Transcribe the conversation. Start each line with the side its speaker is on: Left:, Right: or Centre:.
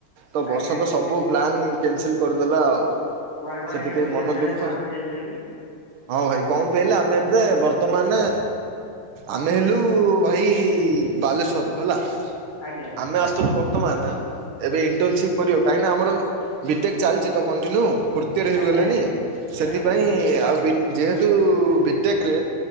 Right: ତ ବର୍ଷା
Left: ଆଜ୍ଞା ଆଜ୍ଞା
Right: ତ ସବୁ ପ୍ଲାନ୍ କ୍ୟାନସେଲ କରିଦେଲା ଆଉ।
Left: କୁଆଡେ କୁଆଡେ
Right: ସେଥିପାଇଁ
Left: ଆଜ୍ଞା ବୁଲିବାକୁ
Right: ମନ
Left: ଯା
Right: ଦୁଃଖ।
Left: ଭାବିଥିଲେ ଜିବେକି?
Right: ହଁ ଭାଇ କଣ ପାଇଲେ ଆମେ ଏବେ ବର୍ତ୍ତମାନେ ଆମେ ହେଲୁ ଭାଇ ବାଲେଶ୍ଵର ର ହେଲା।
Left: ଆଜ୍ଞା।
Right: ଆମେ ଆସିଥିଲୁ ବର୍ତ୍ତମାନ ଏବେ ଇଣ୍ଟରନସିପ କରିବାକୁ କାହିଁକି ନା ଆମର ବିଟେକ୍ ଚାଲିଛି ତ କଣ୍ଟିନ୍ୟୁ ଫୋର୍ଥ ଇଅର ହେଇଗଲାନି
Left: ଆଜ୍ଞା ଆଜ୍ଞା
Right: ସେଥିପାଇଁ
Left: ଆଜ୍ଞା
Right: ଆଉ ଯେହେତୁ ବିଟେକେରେ